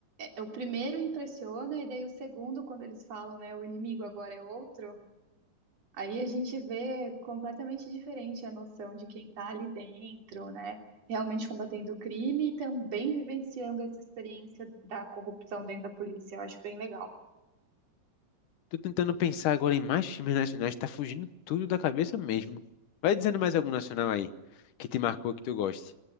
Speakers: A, on the right; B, on the left.
A: é, o primeiro impressiona e daí o segundo, quando eles falam, né? O inimigo agora é outro. Aí a gente vê completamente diferente a noção de quem está ali dentro, né? Realmente combatendo o crime e também vivenciando essa experiência da corrupção dentro da polícia. Eu acho bem legal.
B: Tô tentando pensar agora em mais filmes nacionais, tá fugindo tudo da cabeça mesmo. Vai dizendo mais algum nacional aí, que te marcou, que tu goste.